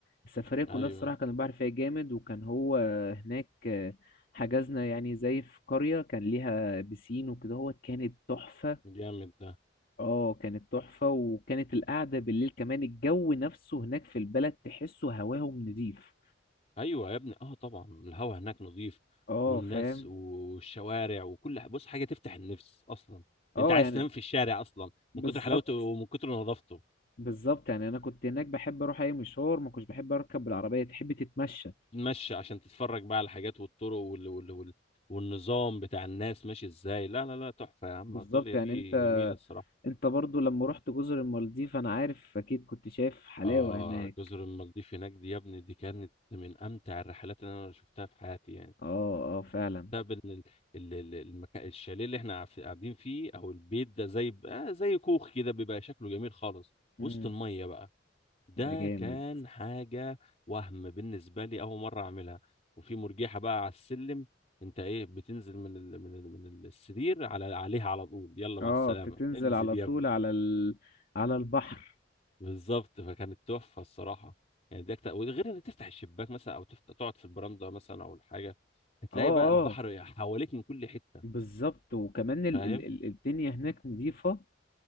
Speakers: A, on the left (about 50°); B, on the left (about 35°).
A: السفرية كلها
B: ايوه
A: الصراحة كان البحر فيها جامد وكان هو هناك آه، حجزنا يعني زي في قرية كان ليها بسين وكده هو كانت تحفة
B: جامد ده
A: اه كانت تحفة وكانت القعدة بالليل كمان الجو نفسه هناك في البلد تحسه هواهم نضيف
B: ايوه يا ابني اه طبعا الهوا هناك نظيف
A: اه
B: والناس
A: فاهم
B: والشوارع وكل ح- بص حاجة تفتح النفس اصلا
A: اه
B: انت عايز
A: يعني
B: تنام في الشارع اصلا
A: بالظبط
B: من كتر حلاوته ومن كتر نظافته
A: بالظبط يعني انا كنت هناك بحب اروح اي مشوار ما كنتش بحب اركب بالعربية تحب تتمشى
B: تمشي عشان تتفرج بقى على الحاجات والطرق وال... وال... وال... والنظام بتاع الناس ماشي ازاي لا لا لا تحفة يا عم
A: بالظبط
B: ايطاليا
A: يعني
B: دي
A: انت
B: جميلة الصراحة
A: انت برضو لما رحت جزر المالديف انا عارف اكيد كنت شايف حلاوة
B: اه
A: هناك
B: جزر المالديف هناك دي يا ابني دي كانت من امتع الرحلات اللي انا شفتها في حياتي يعني
A: اه اه فعلا
B: بسبب ان ال- ال- ال- المكان الشاليه اللي احنا عف- قاعدين فيه او البيت ده زي ب- آه زي كوخ كده بيبقى شكله جميل خالص
A: مم.
B: وسط الميه بقى ده
A: ده جامد
B: كان حاجه وهم بالنسبه لي اول مره اعملها وفي مرجحه بقى على السلم انت ايه بتنزل من ال من ال من السرير على عليها على طول يلا مع
A: اه
B: السلامه
A: تتنزل
B: انزل
A: على
B: يا
A: طول
B: ابني
A: على ال... على البحر
B: بالظبط فكانت تحفه الصراحه يعني دي أكتر وغير انك تفتح الشباك مثلا او تفتح تقعد في البراندة مثلا او الحاجه هتلاقي
A: اه اه
B: بقى البحر حواليك من كل حته
A: بالظبط وكمان ال...
B: فاهم
A: ال... ال- الدنيا هناك نظيفة